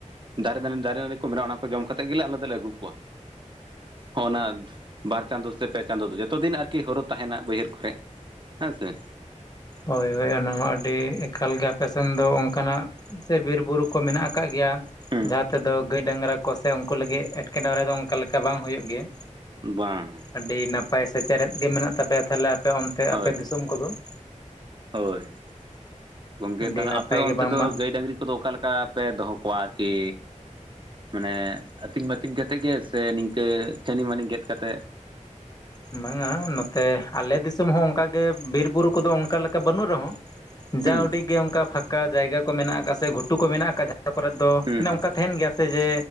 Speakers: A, on the right; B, on the left.
A: ᱫᱟᱨᱮ ᱻᱫᱟᱨᱮ ᱱᱟᱹᱲᱤ ᱠᱚ ᱢᱮᱱᱟᱜᱼᱟ ᱚᱱᱟ ᱠᱚ ᱡᱚᱢ ᱠᱟᱛᱮᱜ ᱜᱮᱞᱮ ᱟᱞᱮ ᱫᱚᱞᱮ ᱟᱹᱜᱩ ᱠᱚᱣᱟ ᱦᱚᱜᱱᱟ ᱵᱟᱨ ᱪᱟᱸᱫᱳ ᱥᱮ ᱯᱮ ᱪᱟᱸᱫᱳ ᱫᱚ ᱡᱚᱛᱚ ᱫᱤᱱ ᱟᱨᱠᱤ ᱦᱚᱨᱳ ᱛᱟᱦᱮᱱᱟ ᱵᱟᱹᱭᱦᱟᱹᱲ ᱠᱚᱨᱮᱫ ᱦᱮᱸ ᱥᱮ
B: ᱦᱳᱭ ᱦᱳᱭ ᱚᱱᱟ ᱦᱚᱸ ᱟᱹᱰᱤ ᱮᱠᱟᱞ ᱜᱮ ᱟᱯᱮᱥᱮᱫ ᱫᱚ ᱚᱱᱠᱟᱱᱟᱜ ᱥᱮ ᱵᱤᱨ ᱵᱩᱨᱩ ᱠᱚ ᱢᱮᱱᱟᱜ ᱟᱠᱟᱜ ᱜᱮᱭᱟ
A: ᱦᱩᱸ
B: ᱡᱟᱦᱟᱸ ᱛᱮᱫᱚ ᱜᱟᱹᱭ ᱰᱟᱝᱨᱟ ᱠᱚ ᱥᱮ ᱩᱱᱠᱩ ᱞᱟᱹᱜᱤᱫ ᱮᱴᱠᱮᱴᱚᱬᱮ ᱫᱚ ᱚᱱᱠᱟ ᱞᱮᱠᱟ ᱵᱟᱝ ᱦᱩᱭᱩᱜ ᱜᱮᱭᱟ ᱾
A: ᱵᱟᱝ ᱾
B: ᱟᱹᱰᱤ ᱱᱟᱯᱟᱭ ᱥᱮ ᱪᱟᱨᱮᱫ ᱜᱮ ᱢᱮᱱᱟᱜ ᱛᱟᱯᱮᱭᱟ ᱛᱟᱦᱚᱞᱮ ᱟᱯᱮ ᱚᱱᱛᱮ
A: ᱦᱳᱭ
B: ᱟᱯᱮ ᱫᱤᱥᱚᱢ ᱠᱚᱫᱚ ᱾
A: ᱦᱳᱭ ᱾ ᱜᱚᱝᱠᱮ
B: ᱟᱹᱰᱤ
A: ᱛᱟᱦᱚᱞᱮ
B: ᱱᱟᱯᱟᱭ
A: ᱟᱯᱮ
B: ᱜᱮ
A: ᱚᱱᱛᱮ
B: ᱵᱟᱝᱢᱟ
A: ᱫᱚ ᱜᱟᱹᱭ ᱰᱟᱹᱟᱝᱨᱤ ᱩᱱ ᱠᱚᱫᱚ ᱚᱠᱟ ᱞᱮᱠᱟ ᱯᱮ ᱫᱚᱦᱚ ᱠᱚᱣᱟ ᱠᱤ? ᱢᱟᱱᱮ ᱟᱹᱛᱤᱧ ᱵᱟᱹᱛᱤᱧ ᱠᱟᱛᱮ ᱜᱮ ᱥᱮ ᱱᱤᱝᱠᱟᱹ ᱪᱷᱟᱹᱱᱤᱢᱟᱹᱱᱤ ᱜᱮᱫ ᱠᱟᱛᱮ
B: ᱵᱟᱝᱟ ᱱᱚᱛᱮ ᱟᱞᱮ ᱫᱤᱥᱚᱢ ᱦᱚᱸ ᱚᱱᱠᱟ ᱜᱮ ᱵᱤᱨ ᱵᱩᱨᱩ ᱠᱚᱫᱚ ᱚᱱᱠᱟ ᱞᱮᱠᱟ ᱵᱟᱹᱱᱩᱜ ᱨᱮᱦᱚᱸ, ᱡᱟ
A: ᱦᱩᱸ
B: ᱩᱰᱤᱜ ᱜᱮ ᱚᱱᱠᱟ ᱯᱷᱟᱸᱠᱟ ᱡᱟᱭᱜᱟ ᱠᱚ ᱢᱮᱱᱟᱜ ᱟᱠᱟᱫ ᱥᱮ ᱜᱷᱩᱴᱩ ᱠᱚ ᱢᱮᱱᱟᱜ ᱟᱠᱟᱫᱟ ᱟ ᱠᱚᱨᱮ ᱫᱚ
A: ᱦᱩᱸ
B: ᱢᱟᱱᱮ
A: ᱦᱩᱸ
B: ᱚᱱᱠᱟ ᱛᱟᱦᱮᱱ ᱜᱮᱭᱟ ᱥᱮ ᱡᱮ